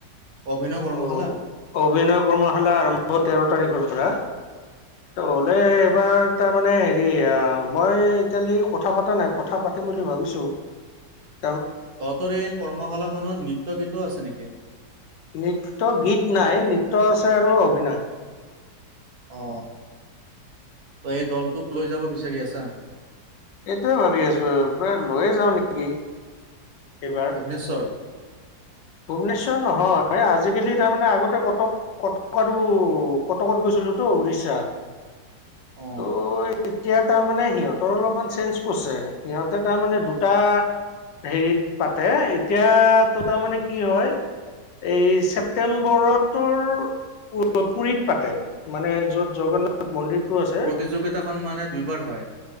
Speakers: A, on the right; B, on the left.
A: অভিনয় কৰ্মশালা।
B: ত' অভিনয় কৰ্মশালা আৰম্ভ তেৰ তাৰিখৰ পৰা ত হলে
A: উম।
B: এইবাৰ তাৰ মানে হেৰি মই ইতিয়ালি কথা পতা নাই কথা পাতিম বুলি ভাবিছো। <inaudible>
A: তহঁতৰে কৰ্মশালাখনত নৃত্য গীতৌ আছে নেকি?
B: নৃত্য গীত নাই নৃত্য আছে আৰু অভিনয়।
A: অ ত এই দলটোক লৈ যাব বিচাৰি আছা।
B: এইটোয়ে ভাবি আছো এইবাৰ লৈয়ে যাও নেকি এইবা।
A: নিশ্বৰ
B: ভূৱনেশ্বৰ নহয় আজিকালি তাৰমানে আগতে কটক কটক আৰু কটকত গৈছিলো তো উৰিষ্যা
A: অ
B: তই এতিয়া তাৰমানে সিহঁতৰ অলপমান চেঞ্জ কৰিছে সিহঁতে তাৰমানে দুটা হেৰিত পাতে এতিয়াটো তাৰমানে কি হয় এই ছেপ্তেম্বৰত তোৰ উ পুৰিত পাতে মানে যত জগন্নাথ নাথ মন্দিৰটো আছে।
A: প্ৰতিযোগিতাখন মানে দুইবাৰ হয়